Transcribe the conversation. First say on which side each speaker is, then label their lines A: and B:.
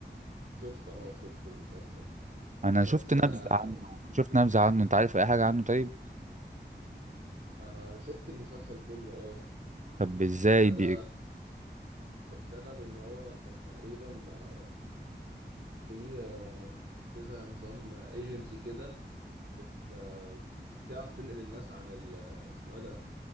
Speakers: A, on the right; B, on the right.
A: شفت اه شفت المسلسل
B: انا
A: بس
B: شفت نبذة
A: آه
B: عنه شفت
A: مم.
B: نبذة عنه انت عارف اي حاجة عنه طيب
A: آه، شفت المسلسل كله اه
B: طب ازاي
A: ابتدى
B: بي
A: ابتدى بان هو كان تقريبا آه، في آه، في زي نظام ايجنسي كده بت آه، بتعرف تنقل الناس عن ال- آه، اسمه ايه ده